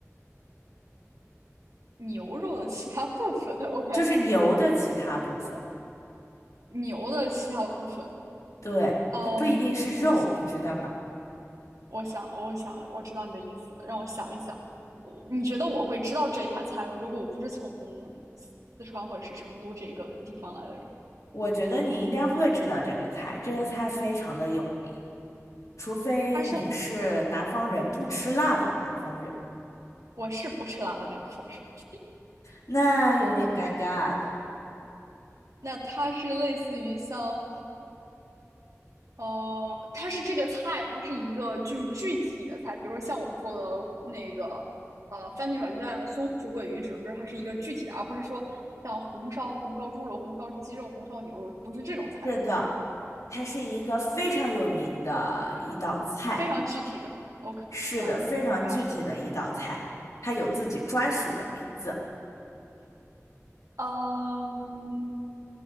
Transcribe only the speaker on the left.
就是牛的其他部分，
对，
它不一定是肉，
你知道吗？
我觉得你应该会知道这个菜，这个菜非常的有名，除非你是南方人不吃辣的南方人，
那有点尴尬了。
是的，它是一个非常有名的一道菜，
是的，非常具体的一道菜，
它有自己专属的名字，